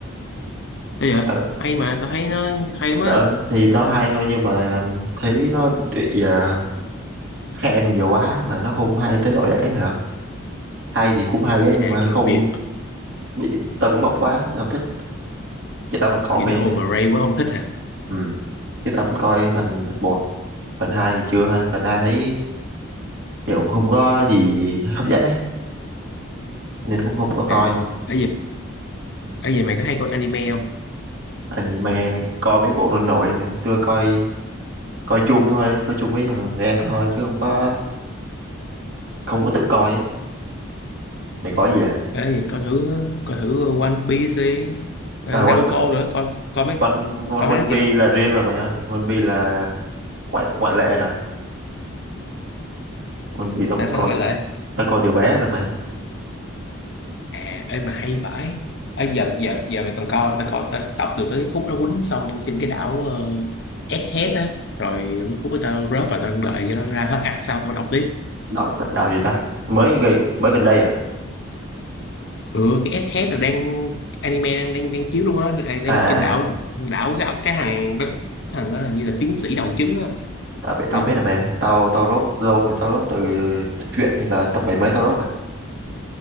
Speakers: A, on the left; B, on the right.
A: thế vậy
B: Đó,
A: hay mà tao thấy nó hay lắm á
B: đó thì nó hay thôi nhưng mà ừm, thấy nó bị ờ, khen nhiều quá mà nó không hay tới nỗi đấy hả? Hay thì cũng hay á nhưng
A: à
B: mà
A: kiểu
B: không
A: biệt
B: bị tâng bốc quá, tao không thích. Vậy tao vẫn coi
A: kiểu
B: mày
A: nó
B: mà.
A: overrated quá không thích hả
B: Ừ. Chứ tao vẫn coi phần một, phần 2 thì chưa hay. Phần 2 thấy kiểu không có gì hấp dẫn á nên cũng không có coi.
A: à ấy gì ấy gì mày có hay coi anime không
B: Anime coi mấy bộ nổi nổi mà xưa coi coi chung thôi coi chung với thằng em thôi chứ không có không có tự coi ấy. mày có gì à
A: ấy gì coi thử coi thử One Piece đi ờ,
B: à
A: Naruto
B: One, Pi-
A: nữa coi coi mấy
B: One, One,
A: coi
B: One
A: mấy đó
B: Piece
A: chưa
B: là riêng rồi mày ơi One Piece là ngoại ngoại lệ rồi One Piece tao
A: tại sao
B: coi
A: lại quay lại
B: tao coi từ bé rồi mày
A: à ê mà hay vãi Ê, giờ giờ giờ mày còn coi không tao coi tao tập được tới khúc nó quýnh xong trên cái đảo uh, Egghead á rồi khúc của tao rớt và tao đợi cho nó ra hết arc sau tao đọc tiếp
B: đạo đạo gì ta mới gần- mới gần đây à
A: ừ cái Egghead là đang anime đang đang đang chiếu luôn á đang,
B: à
A: đang
B: à,
A: trên đảo
B: à.
A: đảo cái cái thằng cái thằng đó là như là tiến sĩ đầu trứng á
B: à vậy
A: nó
B: tao biết rồi mày tao tao rốt lâu mà tao rốt từ chuyện thì là tập bảy mấy tao rốt rồi